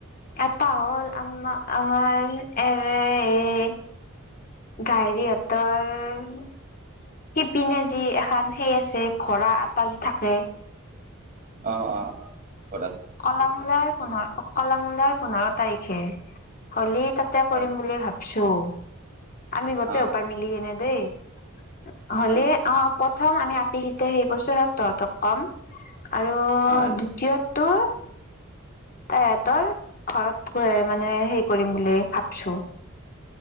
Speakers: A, on the left; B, on the right.
A: এটা হ'ল আম্মা আমাৰ এ গাইৰীহঁতৰ শিপিনে যি, এখন সেই আছে, ঘোঁৰা এটা থাকে।
B: অ' অ' ঘোঁৰাত। <unintelligible>
A: কল মূলাৰ পোন্ধৰ, কলামূলাৰ পোন্ধৰ তাৰিখে। হলি তাতে
B: হয়
A: কৰিম বুলি ভাব চ' আমি গোটেই
B: আহ
A: অপায় মিলি এনে দেই। হ'লে
B: আহ
A: অ' প্ৰথম আমি আপি কেইটা হেৰি কৰছোঁ হে তহঁতক ক'ম। আৰু
B: হয়
A: দ্বিতীয়টো তাই হতৰ ঘৰত গৈ মানে হে কৰিম বুলি ভাবছোঁ।